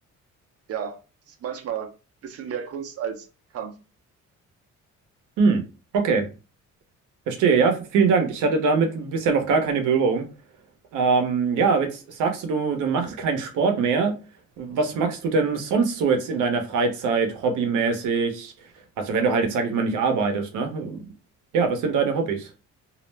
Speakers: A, on the right; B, on the right.
A: ja, das ist manchmal ein bisschen mehr Kunst als Kampf.
B: hm, okay, verstehe. Ja, vielen Dank. Ich hatte damit bisher noch gar keine Berührung. Ähm, ja, aber jetzt sagst du, du, du machst keinen Sport mehr. Was machst du denn sonst so jetzt in deiner Freizeit, hobbymäßig? Also wenn du halt jetzt, sag ich mal, nicht arbeitest, ne? Ja, was sind deine Hobbys?